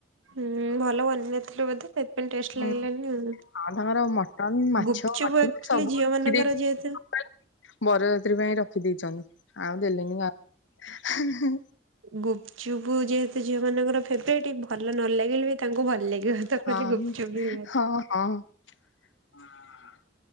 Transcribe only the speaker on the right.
ହୁଁ, ଭଲ ବନେଇ ନ ଥିଲେ ବୋଧେ ସେଥିପାଇଁ ଟେଷ୍ଟ
ଲାଗିଲାନି ଆଉ।
ଗୁପଚୁପ୍
ଆକ୍ଚୁଆଲି
ଝିଅ ମାନଙ୍କର
ଯେହେତୁ
ଗୁପଚୁପୁ ଯେହେତୁ ଝିଅ ମାନଙ୍କର ଫେବରେଟ୍ ଭଲ ନ ଲାଗିଲ ବି ତାଙ୍କୁ ଭଲ ଲାଗିବ ତ
କହିଲି ଗୁପଚୁପ ବି